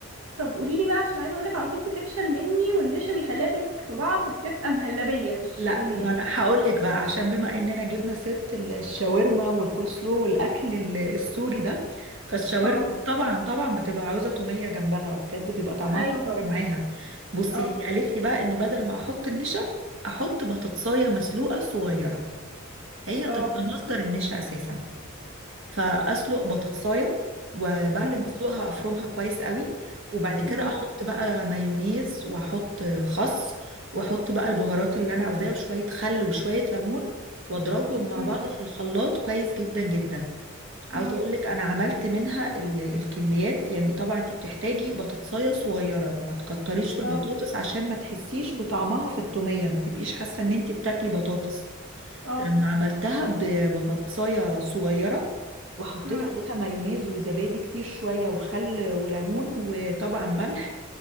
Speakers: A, on the right; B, on the right.
A: طب قولي لي بقى عشان عايزه اقولك على طول بتفشل مني والنشا بيخليها تمسك في بعض بتبقى مهلبيه مش
B: لا
A: توميه
B: ما انا هقول لك بقى عشان بما اننا جبنا سيرة الشاورما والكول سلو والاكل ال- السوري ده فالشاورما
A: اه
B: طبعا طبعا بتبقى عاوزة تومية جنبها بجد بيبقى طعمها
A: ايوه
B: تحفة
A: طبعا
B: معاها بصي
A: اه
B: هي قالت لي بقى ان بدل ما احط النشا احط بطاطساية مسلوقة صغيرة هي
A: اه
B: تبقى مصدر النشا اساسا فاسلق بطاطسايه وبعد
A: مم،
B: ما اسلقها افرمها كويس قوي وبعد كده
A: مم،
B: احط بقى مايونيز واحط خس واحط بقى البهارات اللي انا عاوزاها وشويه خل وشويه ليمون واضربهم مع
A: مم،
B: بعض في الخلاط كويس جدا جدا عاوزه
A: مم،
B: اقول لك انا عملت منها ال- الكميات يعني طبعا انت بتحتاجي بطاطسايه صغيره ما تكتريش في البطاطس
A: اه
B: عشان ما تحسيش بطعمها في التوميه ما تبقيش حاسه ان انت بتاكلي بطاطس
A: اه
B: لما عملتها ب- ببطايه صغيره وحطيت
A: مم،
B: عليها مايونيز وزبادي كتير شويه وخل وليمون وطبعا ملح